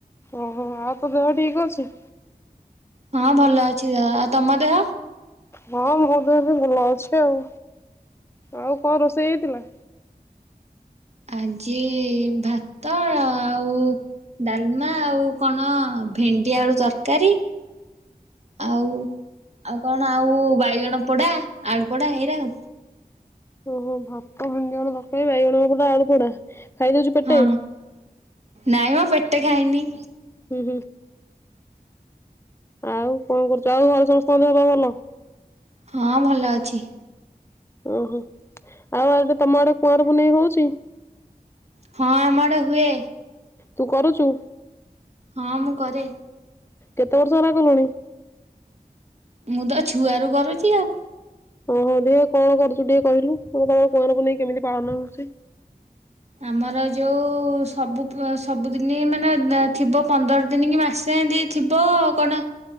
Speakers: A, on the left; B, on the right.
A: ଓହୋ ଆଉ ତୋ ଦେହ ଠିକ ଅଛି?
B: ହଁ ଭଲ ଅଛି ଦେହ ଆଉ ତମ ଦେହ?
A: ହଁ ମୋ ଦେହ ବି ଭଲ ଅଛି ଆଉ ଆଉ କଣ ରୋଷେଇ ହେଇଥିଲା?
B: ଆଜି ଭାତ ଆଉ ଡାଲମା ଆଉ କଣ ଭେଣ୍ଡି ଆଳୁ ତରକାରୀ। ଆଉ ଆଉ କଣ ଆଉ ବାଇଗଣ ପୋଡା ଆଳୁ ପୋଡା ଏଇରା ଆଉ।
A: ହୋ ଭାତ ଭେଣ୍ଡି ଆଳୁ ତରକାରୀ, ଭଗବାନ <unintelligible> ଆଳୁ ପୋଡା। ଖାଇଦଉଛୁ ପେଟେ
B: ହଁ ନାଇଁ ମ ପେଟେ ଖାଇନି।
A: ହୁଁ ହୁଁ ଆଉ କଣ କରୁଛ ଆଉ ଘରେ ସମସ୍ତେ ଦେହ ପା ଭଲ?
B: ହଁ ଭଲ ଅଛି।
A: ଓହୋ ଆଉ ଆଡେ ତମ ଆଡେ କୁଆଁର ପୁନେଇଁ ହଉଛି?
B: ହଁ ଆମଡେ ହୁଏ।
A: ତୁ କରୁଛୁ?
B: ହଁ ମୁଁ କରେ।
A: କେତେ ବର୍ଷ ହେଲା କଲଣି?
B: ମୁଁ ତ ଛୁଆ ର କରୁଛି ଆଉ।
A: ଓହୋ ଦେ କଣ କରୁଛୁ ଟିକେ କହିଲୁ ମୁ ତମ କୁଆଁରପୁନେଇଁ କେମିତି ପାଳନ ହଉଛି?
B: ଆମର ଯେଉଁ ସବୁ ସବୁଦିନ ମାନେ ଥିବ ପନ୍ଦର ଦିନ କି ମାସେ ଏମିତି ଥିବ କଣ